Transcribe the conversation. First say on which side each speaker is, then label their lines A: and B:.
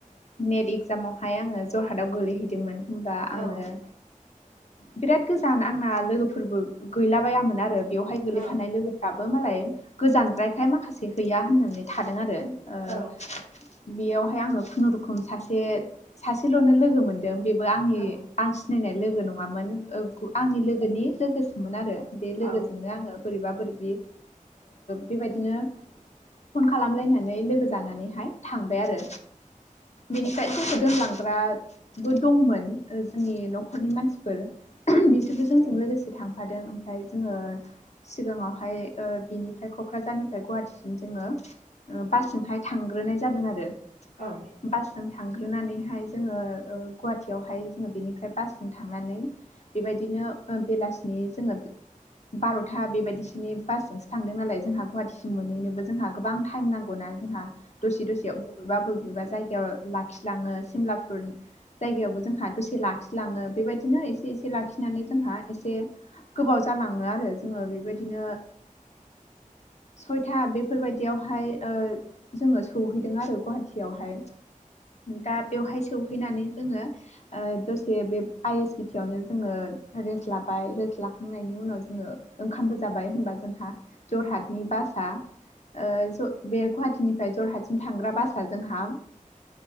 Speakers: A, on the left (about 55°); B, on the left (about 80°).
A: नेट एगजामावहाय आङो जरहाटाव गोलैहैदोंमोन होमबा
B: नंगौ
A: आङो। बिराद गोजान आंना लोगोफोरबो गैलाबायामोन आरो। बेवहाय गोलैफानाय
B: औ
A: लोगोफ्राबो मालाय गोजानद्रायखाय माखासे गैया होननानै थादों आरो। ओ
B: औ
A: बेयावहाय आङो खुनुरुखुम सासे सासेल'नो लोगो मोनदों बेबो आंनि
B: औ
A: आं। सिनायनाय लोगो नङामोन आंनि लोगोनि लोगोसोमोन आरो बे
B: औ
A: लोगोजोंनो आंङो। बोरैबा बोरैब बेबायदिनो। फन खालामलायनानै लोगो जानानैहाय थांबाय आरो। बेनिफ्राय जोंखौ दोनलांग्राबो दंमोन जोंनि न'खरनि मानसिफोर। बिसोरबो जोंजों लोगोसे थांफादों ओमफ्राय जोंङो। सिगाङावहाय बिनिफ्राय क'क्राझारनिफ्राय गुवाहाटिसिम जोङो बासजोंहाय थांग्रोनाय जादों आरो‌।
B: औ।
A: बासजों थांग्रोनानैहाय जोङो गुवाहाटियावहाय जोङो बेनिफ्राय बास जों थांनानै बेबायदिनो बेलासिनि जोङो बार'था बेबायदिसोनि बासजोंसो थांदों नालाय जोंहा गुवाहाटिसिम मोनहैनोबो। जोंहा गोबां थायम नांगौ ना जों दसे दसे। बबेबा बबेबा जायगायाव लाखिलाङो सिमलाफोर। जायगायावबो जोंहा दसे लाखिलाङो बेबायदिनो एसे एसे लाखिनानै जोंहा एसे। गोबाव जालाङो आरो जोंङो बेबायदिनो। सयथा बेफोरबायदियावहाय ओ जोङो सहैदों आरो गुवाहाटियावहाय दा बेवहाय सहैनानै जोङो ओ दसे बे आइ एस बि टि आवनो जोङो रेस्ट लाबाय रेस्ट लाखांनायनि उनाव जोङो ओंखामबो जाबाय होमबा जोंहा जरहाटनि बासआ ओ ज बे गुवाहाटी निफ्राय जरहाटसिम थांग्रा बासआ जोंहा